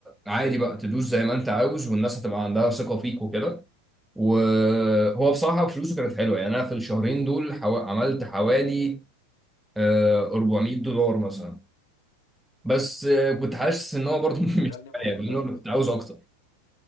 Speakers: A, in the centre; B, on the left.
A: عادي بقى تدوس زي ما انت عاوز والناس هتبقى عندها ثقه فيك وكده وهو بصراحه فلوسه كانت حلوه يعني انا في الشهرين دول حو... عملت حوالي آه، 400 دولار مثلا بس آه، كنت حاسس ان هو برضه <laughs> مش
B: شغلني
A: كفايه
B: معاك
A: لأن
B: طيب
A: أنا كنت عاوز اكتر